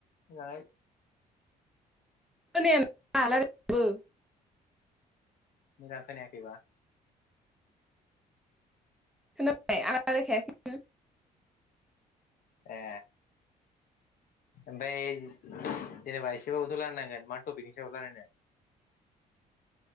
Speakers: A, on the left; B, in the centre.
A: मोजाङै
B: खोनाया रायलायनायखौबो
A: मोजां खोनायाखैबा
B: नै आं रायलायखायाखैनो
A: ए
B: <inaudible>
A: ओमफ्राय जेनेबा एसेबाबोथ' रायलायनांगोन मा टपिकनि सायाव रायलायनो